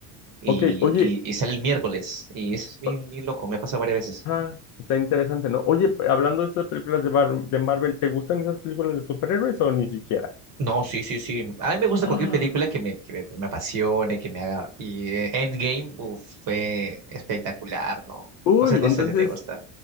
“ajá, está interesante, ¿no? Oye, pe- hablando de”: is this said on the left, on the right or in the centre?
Left